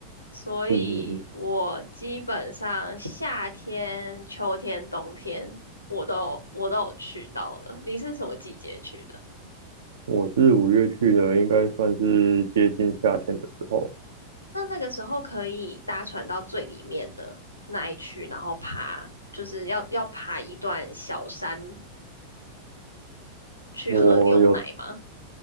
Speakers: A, on the left (about 85°); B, on the right (about 65°).
A: 所以我基本上夏天、
B: 嗯嗯嗯。
A: 秋天、冬天我都有我都有去到了。你是什么季节去的？
B: 我是五月去的，应该算是接近夏天的时候。
A: 那那个时候可以搭船到最里面的那一区，然后爬，就是要要爬一段小山去喝牛奶吗？
B: 我有，